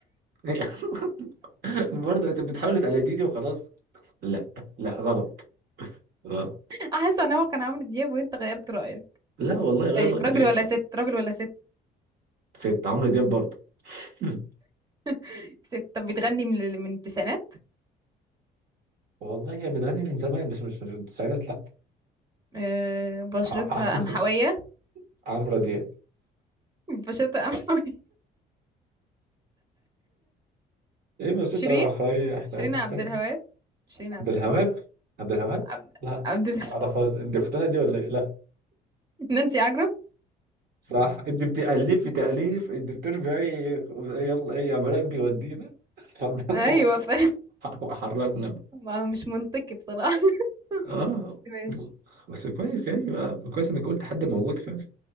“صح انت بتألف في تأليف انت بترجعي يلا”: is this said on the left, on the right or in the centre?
Right